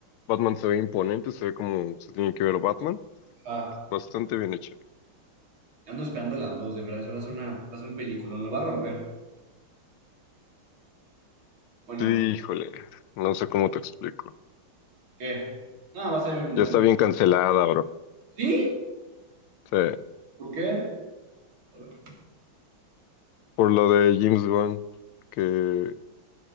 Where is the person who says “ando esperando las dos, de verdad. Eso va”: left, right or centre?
Right